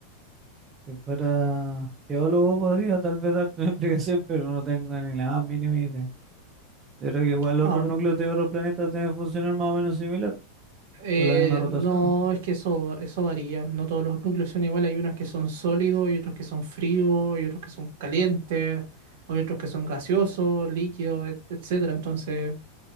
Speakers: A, on the right; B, on the right.
A: Si fuera geólogo podría tal vez darte una <laughs> explicación, pero no tengo ni la más mínima idea. Yo creo que igual otros
B: Ahora.
A: núcleos de otros planetas deben funcionar más o menos similar.
B: Eh,
A: Con la misma rotación,
B: no,
A: ¿o no?
B: es que eso, eso varía. No todos los núcleos son iguales. Hay unos que son sólidos, hay otros que son fríos, hay otros que son calientes, hay otros que son gaseosos, líquidos, et- etcétera. Entonces